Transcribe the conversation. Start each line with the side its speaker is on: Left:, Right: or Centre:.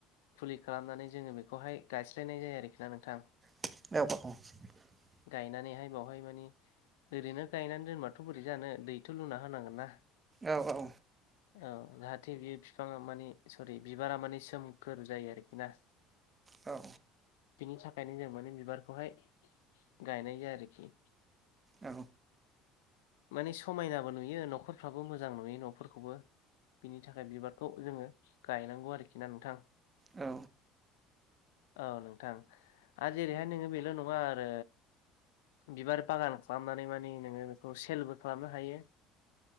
Left: फुलि खालामनानै जोङो बेखौहाय गायस्लायनाय जायो आरोखि ना नोंथां।
Right: <unintelligible>
Left: गायनानैहाय बावहाय माने ओरैनो गायनानै दोनबाथ' बोरै जानो दैथ' लुना होनांगोन ना।
Right: औ औ
Left: औ जाहाथे बेयो फिफाङा माने सरि बिबारा माने सोमखोर जायो आरोखि ना।
Right: औ
Left: बिनि थाखायनो जों माने बिबारखौहाय गायनाय जायो आरोखि।
Right: औ
Left: माने समायनाबो नुयो न'खरफ्राबो मोजां नुयो न'फोरखौबो। बिनि थाखाय बिबारखौ जोङो गायनांगौ आरोखि ना नोंथां।
Right: औ
Left: औ नोंथां आरो जेरैहाय नोङो बेल' नङा आरो बिबार बागान खालामनानै माने नोङो बेखौ सेलबो खालामनो हायो।